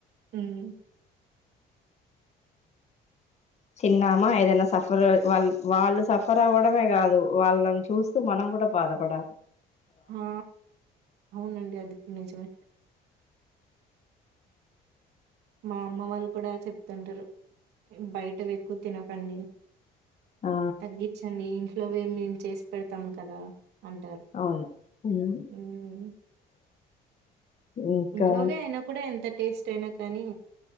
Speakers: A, on the right; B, on the left.
A: ఉమ్
B: చిన్నామా ఏదైనా సఫర్ వాళ్ వాళ్ళు సఫర్ అవ్వడమే కాదు వాళ్ళని చూస్తూ మనం కూడ కూడా బాధపడ
A: హా అవునండి అది కూడ నిజమే మా అమ్మ వాళ్ళు కూడా చెప్తుంటారు బయటవి ఎక్కువ తినకండి
B: ఆ
A: తగ్గించండి ఇంట్లో మేము చేసి పెడతాము కదా అంటారు
B: అవును ఉమ్,
A: ఉమ్
B: ఇంకా
A: ఇంట్లోవే అయినా కూడా ఎంత టేస్ట్ అయినా కానీ